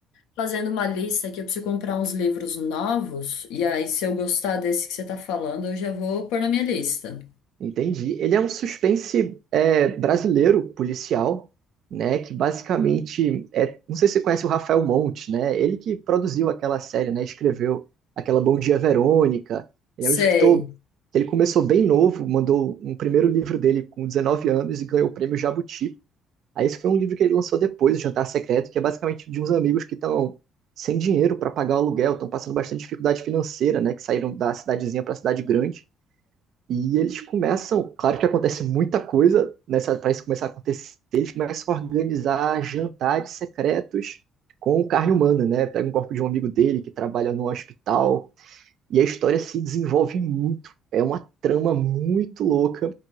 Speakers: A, on the left (about 80°); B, on the right (about 65°).
A: fazendo uma lista aqui. Eu preciso comprar uns livros novos. E aí, se eu gostar desse que você tá falando, eu já vou pôr na minha lista.
B: Entendi. Ele é um suspense é, brasileiro, policial, né? Que basicamente é. Não sei se você conhece o Rafael Monte, né? Ele que produziu aquela série, né? Escreveu aquela Bom Dia Verônica. Ele
A: Sei.
B: é um escritor que ele começou bem novo, mandou um primeiro livro dele com 19 anos e ganhou o prêmio Jabuti. Aí esse foi um livro que ele lançou depois, O Jantar Secreto, que é basicamente de uns amigos que estão sem dinheiro para pagar o aluguel, estão passando bastante dificuldade financeira, né? Que saíram da cidadezinha para a cidade grande e eles começam, claro que acontece muita coisa nessa para isso começar a acontecer, eles começam a organizar jantares secretos com carne humana, né? Pega um corpo de um amigo dele que trabalha num hospital e a história se desenvolve muito. É uma trama muito louca,